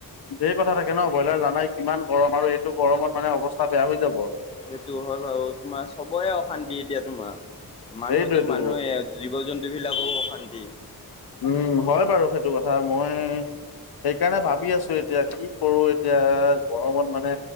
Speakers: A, on the left; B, on the left.
A: সেইবিলাক থাকে ন' ব্ৰইলাৰ জানাই কিমান গৰম আৰু এইটো গৰমত মানে অৱস্থা বেয়া হৈ যাব।
B: সেইটো হয় বাৰু, তোমাৰ চবৰে অশান্তি এতিয়া তোমাৰ। মানুহতো
A: সেইটোৱেতো
B: মানুহে জীৱ জন্তু বিলাকও অশান্তি।
A: উম, হয় বাৰু সেইটো কথা। মই সেইকাৰণে ভাবি আছোঁ এতিয়া কি কৰো এতিয়া গৰমত মানে